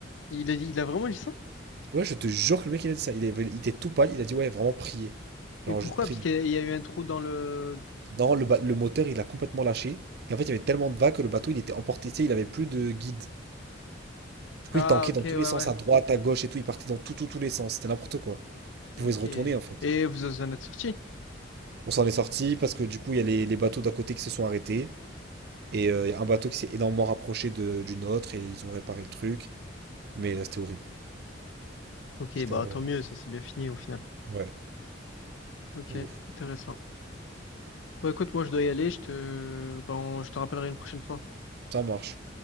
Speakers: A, on the left; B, on the right.
A: Il a, dit- il a vraiment dit ça?
B: Ouais, je te jure que le mec, il a dit ça. Il, avait- il était tout pâle, il a dit, ouais, vraiment priez. Genre,
A: Mais pourquoi?
B: juste priez.
A: Parce qu'il y a il y a eu un trou dans le...
B: Non, le, ba- le moteur, il a complètement lâché. Et en fait, il y avait tellement de vagues que le bateau, il était emporté, tu sais, il avait plus de guide. Du coup,
A: Ah,
B: il tanquait
A: ok,
B: dans tous
A: ouais,
B: les sens,
A: ouais.
B: à droite, à gauche et tout, il partait dans tout, tout, tous les sens. C'était n'importe quoi. Il
A: Ok.
B: pouvait se retourner,
A: Et
B: en fait.
A: vous en êtes sorti?
B: On s'en est sorti parce que du coup, il y a les, les bateaux d'à côté qui se sont arrêtés. Et euh, il y a un bateau qui s'est énormément rapproché de- d'une autre et ils ont réparé le truc. Mais euh, c'était horrible.
A: Ok,
B: C'était
A: bah
B: vraiment...
A: tant mieux, ça s'est bien fini au final.
B: Ouais,
A: Ok,
B: de ouf.
A: intéressant. Bah écoute, moi je dois y aller, je te, bah, on- je te rappellerai une prochaine fois.
B: Ça marche.